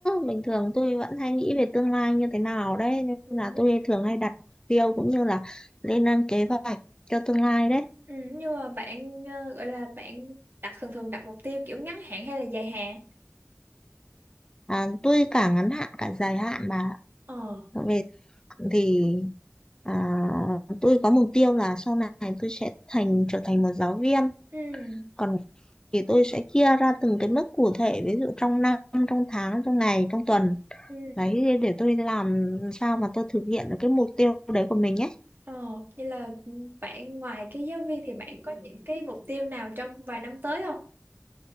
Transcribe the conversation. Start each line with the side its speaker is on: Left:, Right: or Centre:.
Left: bình thường tôi vẫn hay nghĩ về tương lai như thế nào đấy, nên
Right: Ừ,
Left: là tôi thường hay đặt mục tiêu cũng như là lên lên kế hoạch cho tương lai đấy.
Right: ừ, nhưng mà bạn ờ, gọi là bạn đặt thường thường đặt mục tiêu kiểu ngắn hạn hay là dài hạn?
Left: À, tôi cả ngắn hạn cả dài hạn mà
Right: Ờ,
Left: về hạn thì à, tôi có mục tiêu là sau này tôi sẽ thành trở thành một giáo viên,
Right: ừ,
Left: còn thì tôi sẽ chia ra từng cái mức cụ thể, ví dụ trong năm, trong tháng, trong ngày, trong tuần.
Right: ừ,
Left: Đấy, để tôi làm sao mà tôi thực hiện được cái mục tiêu đấy của mình ấy.
Right: ờ, vậy là ừ, bạn ngoài cái giáo viên thì bạn có những cái mục tiêu nào trong vài năm tới không?